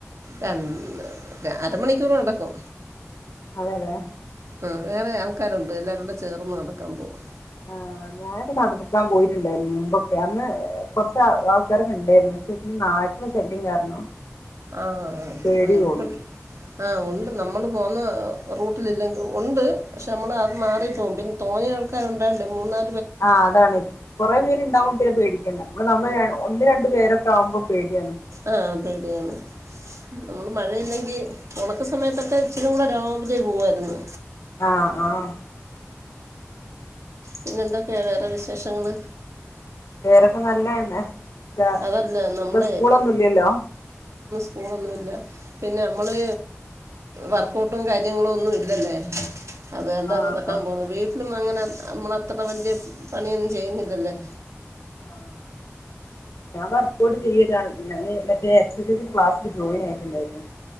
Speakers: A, on the right; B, on the left.
A: രണ്ട് അരമണിക്കൂർ നടക്കും
B: അതെല്ലെ
A: ആ വേറെ ആൾക്കാരുണ്ട് എല്ലരും കൂടെ ചേർന്ന് നടക്കാൻ പോവും
B: ആഹ് ഞാനൊക്കെ നടക്കാൻ പോയിട്ടുണ്ടായിരുന്നു മുമ്പൊക്കെ അന്ന് കൊറച്ച് ആൾക്കാരക്കെണ്ടായിരുന്നു പക്ഷെ പിന്നെ നായ്ക്കളെ ശല്യം കാരണം
A: ആഹ്
B: പേടി
A: അ ഇപ്പ
B: തോന്നും
A: ആഹ് ഉണ്ട് നമ്മൾ പോകുന്ന റൂട്ടിലില്ലെങ്കി ഉണ്ട് പക്ഷേ നമ്മള് അത് മാറിപ്പോകും പിന്നെ തോന്നെ ആൾക്കാര് ഉണ്ടായിണ്ട് മൂന്നാ
B: ആ അതാണ് കൊറേ പേര്ണ്ടാവുമ്പം പേടിക്കണ്ട ഇവടെ നമ്മള് ഒന്ന് രണ്ട് പേരൊക്കെ ആവുമ്പോ പേ പേടിയാണ്
A: ആഹ് പേടിയാണ് നമ്മള് മഴയില്ലെങ്കിൽ ഒണക്ക സമയത്തൊക്കെ ഇച്ചിരിംകൂടെ രാവിലെ പോകുവായിരുന്ന്
B: ആ ആഹ്
A: പിന്നെ എന്തൊക്കെയാ വേറെ വിശേഷങ്ങള്
B: പേരൊക്കെ നല്ലതന്നെ ഇതാ
A: അതല്ല നമ്മൾ
B: ഇപ്പൊ സ്കൂളൊന്നും ഇല്ലല്ലോ
A: സ്കൂളൊന്നും ഇല്ല പിന്നെ നമ്മള് വർക്കൗട്ടും കാര്യങ്ങളും ഒന്നും ഇല്ലല്ലേ അത് എന്താ
B: ആഹ്
A: നടക്കാൻ
B: ആഹ്
A: പോകുന്നേ വീ <unintelligible> അങ്ങനെ നമ്മളത്ര വലിയ പണിയൊന്നും ചെയ്യുന്നില്ലല്ല്
B: ആ ഞാൻ വർക്ക്ഔട്ട് ചെയ്യതാണ് ഞാന് മറ്റേ എക്സസൈസ് ക്ലാസ്സില് ജോയിൻ ആയിട്ടുണ്ടായിരുന്നു